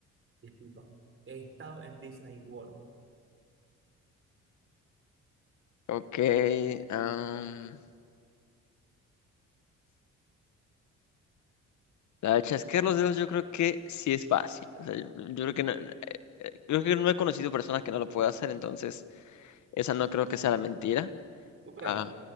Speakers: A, on the right; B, on the left.
A: disculpa, he estado en Disney World.
B: Ok. am, la de chasquear los dedos yo creo que sí es fácil. O sea, yo creo que no, eh, creo que no he conocido personas que no lo puedan hacer, entonces esa no creo que sea la mentira.
A: ¿Tú crees?
B: Ah,